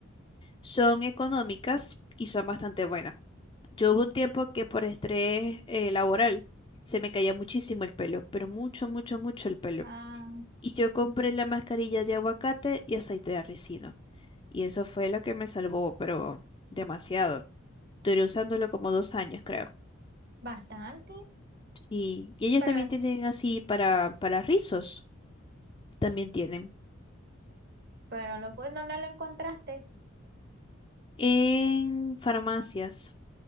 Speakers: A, on the left; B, on the right.
A: son económicas y son bastante buenas. Yo hubo un tiempo que por estrés eh, laboral se me caía muchísimo el pelo, pero mucho, mucho, mucho el pelo.
B: Ah,
A: Y yo compré la mascarilla de aguacate y aceite de ricino. Y eso fue lo que me salvó, pero demasiado. Duré usándolo como dos años, creo.
B: bastante,
A: Y, y ellos
B: pero,
A: también tienen así para, para rizos. También tienen.
B: pero lo, pues, ¿dónde lo encontraste?
A: En farmacias.